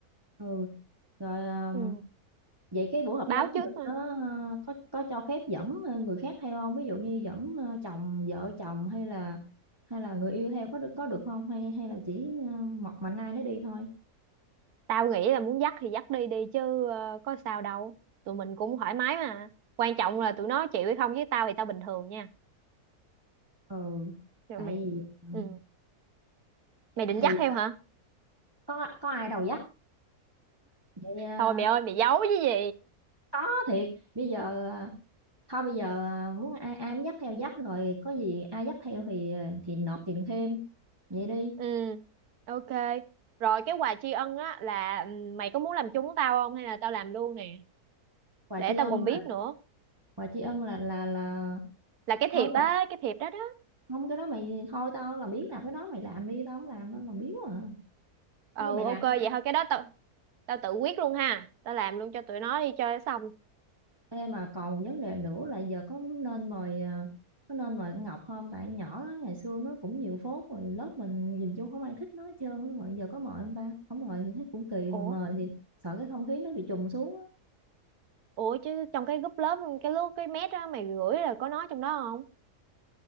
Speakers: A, on the right; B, on the right.
A: ừ rồi ờ,
B: ừ
A: vậy cái buổi họp
B: báo
A: lớp của
B: trước
A: mình
B: thôi
A: có ờ, có có cho phép dẫn ờ, người khác theo không ví dụ như dẫn ờ, chồng vợ chồng hay là hay là người yêu theo có được có được không hay hay là chỉ ờ, một mạnh ai nó đi thôi
B: tao nghĩ là muốn dắt thì dắt đi đi chứ ờ, có sao đâu tụi mình cũng thoải mái mà quan trọng là tụi nó chịu hay không với tao thì tao bình thường nha
A: ừ
B: rồi
A: tại
B: mày
A: vì ừ,
B: ừ mày định
A: thì
B: dắt theo hả
A: có có ai đầu dắt vậy ờ,
B: thôi mày ơi mày giấu chứ gì
A: có thiệt bây giờ ờ, thôi bây giờ à, muốn ai ai muốn dắt theo dắt rồi có gì ai dắt theo thì à, thì nộp tiền thêm vậy đi
B: Ừ, ok. Rồi cái quà tri ân á là ừm, mày có muốn làm chung với tao không hay là tao làm luôn nè,
A: quà
B: để
A: tri
B: tao
A: ân
B: còn biết
A: là-
B: nữa.
A: quà tri ân là là là
B: Là cái
A: thôi
B: thiệp
A: mày
B: á, cái thiệp đó đó.
A: không cái đó mày thôi tao là biết làm cái đó mày làm đi tao không làm đâu là biết à
B: Ừ
A: như mày
B: ok
A: làm
B: vậy
A: nha
B: thôi cái đó tao tao tự quyết luôn ha. Tao làm luôn cho tụi nó đi cho xong.
A: Ê, mà còn một vấn đề nữa là giờ có nên mời à, có nên mời con Ngọc không tại con nhỏ đó, ngày xưa nó cũng nhiều phốt rồi lớp mình nhìn chung không ai thích nó hết trơn á. rồi giờ có mời không ta không mời thì thấy cũng kỳ mà
B: Ủa,
A: mời thì sợ cái không khí nó bị trùng xuống á.
B: ủa chứ trong cái group lớp cái lúc cái mét á mày gửi là có nói trong đó không?